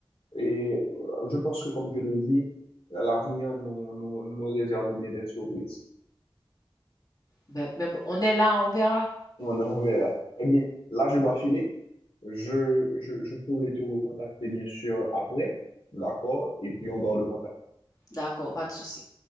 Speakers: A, on the left; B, on the left.
A: et euh, je pense que, comme je l'ai dit, l'avenir nous, nous, nous réserve bien des surprises.
B: Ben, mais bon, on est là, on verra.
A: On en verra. Eh bien, là, je dois filer. Je, je, je pourrai te recontacter, bien sûr, après. D'accord? Et puis, on garde contact.
B: D'accord, pas de souci.